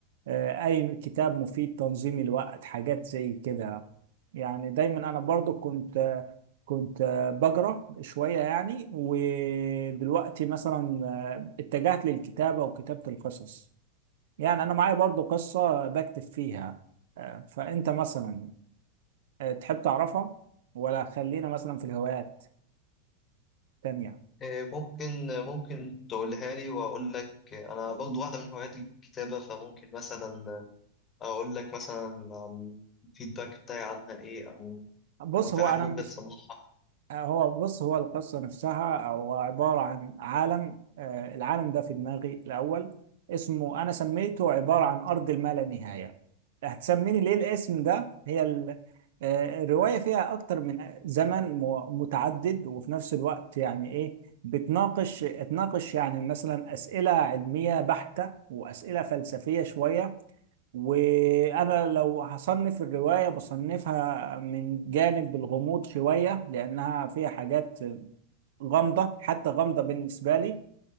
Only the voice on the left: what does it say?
آه، ممكن ممكن تقولها لي واقول لك آه، انا برضو واحده من هوايات الكتابه فممكن مثلا أقول لك مثلا عن الفيدباك بتاعي عنها إيه أو
لو في
حاجة
ممكن
تصلحها